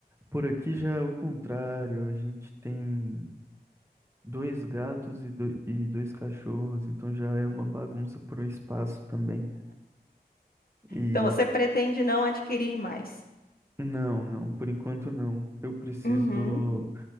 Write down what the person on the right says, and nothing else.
por aqui já é o contrário. A gente tem dois gatos e, do- e dois cachorros, então já é uma bagunça pro espaço também. E
não, não, por enquanto não. Eu preciso,